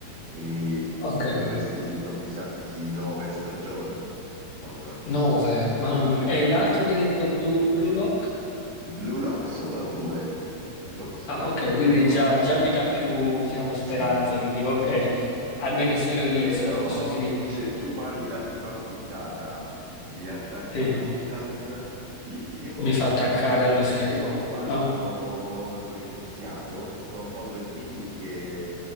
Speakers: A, on the right (about 75°); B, on the left (about 60°).
A: Quindi
B: ok,
A: dovresti improvvisarti nove stagioni, famola così.
B: 9, mamma mia. E l'altro che hai detto, Blue, Blue Lock?
A: Blue Lock sono a due, Blue Lock sono
B: Ah,
A: a
B: ok,
A: due
B: quindi
A: ancora.
B: già, già mi dà più, diciamo, speranza
A: Sì,
B: che dico, ok,
A: sì, sì.
B: almeno se lo inizio
A: Però
B: lo posso finire.
A: se tu guardi la prima puntata di Attack
B: Sì,
A: on Titan, i- io
B: mi fa attaccare allo schermo,
A: Io quando
B: no?
A: l'ho iniziato ho, ho due figli che